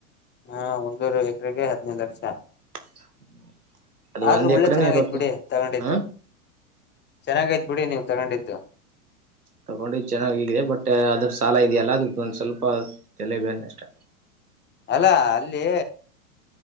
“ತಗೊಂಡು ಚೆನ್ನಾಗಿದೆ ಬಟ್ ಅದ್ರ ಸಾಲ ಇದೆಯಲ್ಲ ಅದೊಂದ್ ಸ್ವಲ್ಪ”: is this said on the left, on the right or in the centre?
Right